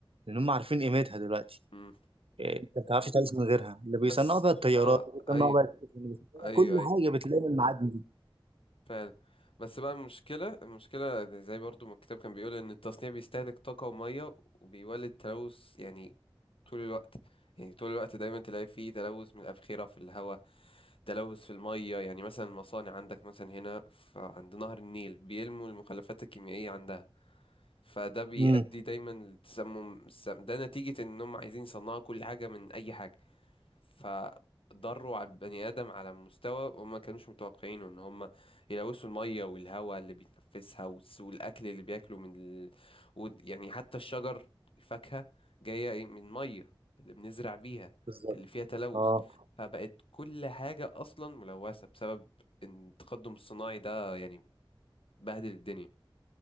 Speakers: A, on the right; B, on the left.
A: لأن هم عارفين قيمتها دلوقتي
B: امم
A: إيه، انت ما بتعرفش تعيش من غيرها اللي بيصنعوا
B: بس
A: بقى الطيارات
B: اه
A: اللي بيصنعوا
B: ايوه
A: بقى السفن، اللي بيصنعوا
B: ايوه
A: كل
B: ايوه
A: حاجة بتلاقي من المعادن دي
B: فعلا بس بقى المشكلة المشكلة زي برضو ما الكتاب كان بيقول إن التصنيع بيستهلك طاقة ومية وبيولد تلوث يعني طول الوقت يعني طول الوقت دايما تلاقي فيه تلوث من الأبخرة في الهواء تلوث في المية يعني مثلا المصانع عندك مثلا هنا ف- عند نهر النيل بيلموا المخلفات الكيميائية عندها فده بيؤدي
A: امم
B: دايما لتسمم السم ده نتيجة إنهم عايزين يصنعوا كل حاجة من أي حاجة فضروا على البني آدم على مستوى وما كانوش متوقعينه ان هم يلوثوا المية والهواء اللي بيتنفسها والس- والاكل اللي بياكله من ال... و... يعني حتى الشجر الفاكهة جاية إيه؟ من مية اللي بنزرع بيها
A: بالظبط
B: اللي فيها تلوث
A: اه
B: فبقت كل حاجة أصلا ملوثة بسبب إن التقدم الصناعي ده يعني بهدل الدنيا